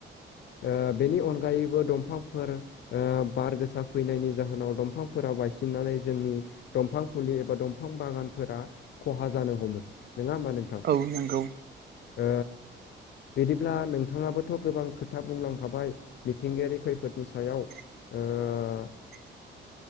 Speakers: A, on the left; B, on the right.
A: ओ बेनि अनगायैबो दंफां फोर ओ बार गोसा फैनायनि जाहोनाव दंफांफोरा बायसिननानै जोंनि दंफां फुलि एबा दंफां बागानफोरा खहा जानो हमो। नङा होमबा नों
B: औ नंगौ
A: ओ बिदिब्ला नोंथाङाबोथ' गोबां खोथा बुंलांखाबाय मिथिंगायारि खैफोदनि सायाव ओ
B: <unintelligible>